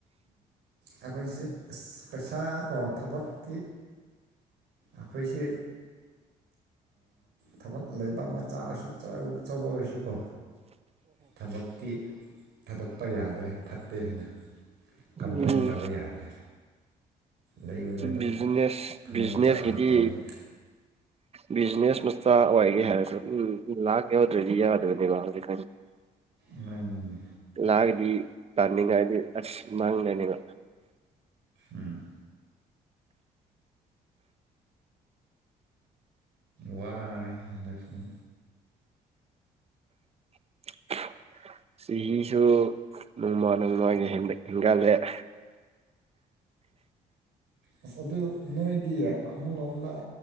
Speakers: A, on the right; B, on the right.
A: ꯑꯩꯈꯣꯏꯁꯦ ꯄꯩꯁꯥ ꯑꯣ ꯊꯕꯛꯀꯤ ꯑꯩꯈꯣꯏꯁꯦ ꯊꯕꯛ ꯂꯩꯕ ꯃꯆꯥꯥꯛ ꯑꯣꯏꯁꯨ ꯆꯥꯎꯧꯕ ꯑꯣꯏꯁꯤꯀꯣ ꯊꯕꯛꯇꯤ ꯊꯥꯗꯣꯛꯄ ꯌꯥꯗ꯭ꯔꯦ ꯠꯇꯦ ꯍꯦꯟꯅ
B: ꯎꯝ
A: ꯀꯝꯄ꯭ꯂꯦꯟ ꯇꯧꯕ ꯌꯥꯗ꯭ꯔꯦ ꯂꯩꯕꯗ ꯑꯗꯨꯝ
B: ꯕꯤꯖꯤꯅꯦꯁ
A: ꯊꯃꯣꯏ
B: ꯕꯤꯖꯤꯅꯦꯁ
A: ꯆꯞꯅ
B: ꯀꯗꯤ
A: ꯇꯧꯔꯗꯤ
B: ꯕꯤꯖꯤꯅꯦꯁ ꯃꯆꯥ ꯑꯣꯏꯒꯦ ꯍꯥꯏꯔꯁꯨ ꯎꯝ ꯂꯥꯛ ꯌꯥꯎꯗ꯭ꯔꯗꯤ ꯌꯥꯗꯕꯅꯦꯕ ꯍꯧꯖꯤꯛ
A: ꯉꯃꯤꯅꯦ
B: ꯊꯥꯒꯗꯤ ꯇꯥꯅꯤꯡꯉꯥꯏꯗꯤ ꯑꯁ ꯃꯥꯡꯒꯅꯦꯕ
A: ꯎꯝ ꯋꯥꯔꯦ ꯍꯟꯗꯛꯁꯤꯟ
B: <inaudible> ꯁꯤꯁꯨ ꯅꯣꯡꯃꯥꯟꯅꯃꯒꯤ ꯍꯦꯟꯒꯂꯦ <inaudible>
A: ꯑꯁ ꯑꯗꯨ ꯅꯣꯏꯗꯤ ꯑꯃꯂꯣꯝꯗ